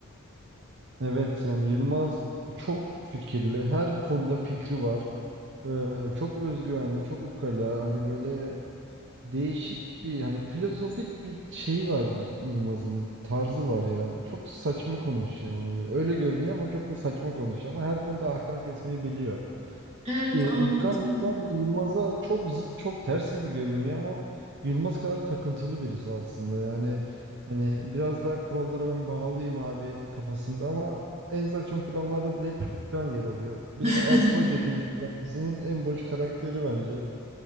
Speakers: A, on the right; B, on the right.
A: Evet yani Yılmaz çok fikirli her konuda fikri var. Ee, çok özgüvenli, çok ukala, hani böyle değişik bir hani filozofik bir şey var Yılmaz'ın tarzı var ya. Çok saçma konuşuyor hani böyle. Öyle görünüyor ama çok da saçma konuşuyor ama her konuda ahkam kesmeyi biliyor
B: Evet,
A: e,
B: aynen
A: İlkan
B: değil mi?
A: sen Yılmaz'a çok zıt, çok ters gibi görünüyor ama Yılmaz kadar takıntılı birisi aslında. Yani hani biraz daha kurallara ben bağlıyım abi kafasında ama en saçma planlarda bile hep İlkan yer alıyor. Bir
B: <laughs>
A: de Ersoy dediğin gibi yani dizinin en boş karakteri bence.